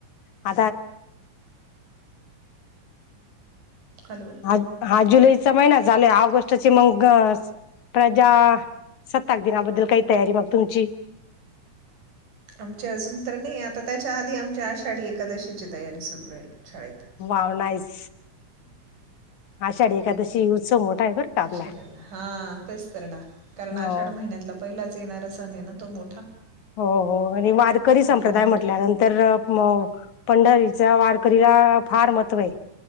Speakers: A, on the left (about 70°); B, on the right (about 90°).
A: आ
B: हॅलो
A: आ हा जुलैचा महिना झालाय ऑगस्ट मग. प्रजासत्ताक दिनाबद्दल काही तयारी मग तुमची.
B: आमचे अजून तर नाही आता त्याच्या आधी आमच्या आषाढी एकादशीची तयारी सुरू राहील. शाळेत
A: वाव नाहीस आषाढी एखादशी उत्सव मोठा आहे बरं का आपला
B: अशा हा तेच तर ना कारण
A: हो
B: आषाढ महिन्यातला पहिलाच येणारा सण आहे ना तो मोठा
A: हो हो आणि वारकरी
B: आपले
A: संप्रदाय
B: हिंदू
A: म्हटल्यानंतर मग पंढरीच्या वारकरीला फार महत्त्व आहे.